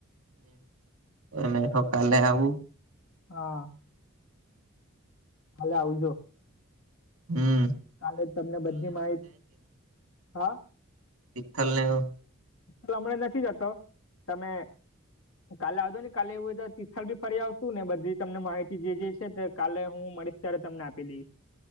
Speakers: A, on the right; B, on the left.
A: તમે
B: હા
A: સકાલે
B: દરરોજ
A: આવુ.
B: હા. કાલે આવજો.
A: હમ્મ.
B: કાલે તમને બધી માહિત હા.
A: શીખ ને હું.
B: હમણા નથી જતો તમે. કાલે આવજો ને કાલે એવું હોય તો તિથલ બી ફરી આવશું ને બધી તમને માહિતી જે જે છે કાલે હું મળીશ. ત્યારે તમને આપી દઈશ.